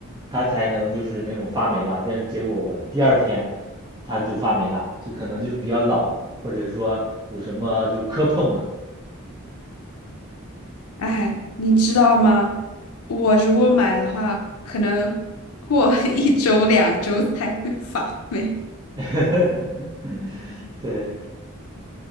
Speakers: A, on the right; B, on the left.
A: 它才能就是那种发霉嘛。但是结果我第二天它就发霉了，就可能就是比较老，或者说有什么就磕碰了。
B: 哎，你知道吗？我如果买的话，可能过 <laughs> 一周两周才会发霉。
A: <laughs> 对，